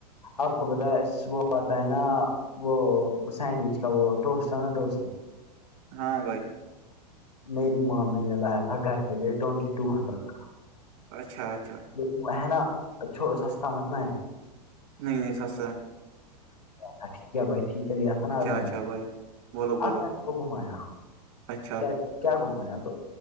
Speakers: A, on the left; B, on the right.
A: آپ کو پت ہے وہ آتا ہے نا وہ سینڈوچ کا وہ ٹوسٹا نا ٹوسٹ
B: ہاں بھائی
A: میری مامی نے لایا تھا گھر کے لیے ٹوینٹی ٹو ہنڈریڈ کا
B: اچھا اچھا
A: وہ وہ ہے نا اچھ سستا متنا ہے
B: نہیں نہیں س
A: تھا ٹھیک ہے بھائی ٹھیک ہے لیا تھا
B: اچھا
A: نا آزان
B: اچھا
A: نے
B: بھائی بولو بولو
A: آزادی کو گھمایا
B: اچھا
A: کیا کیا گھمایا تو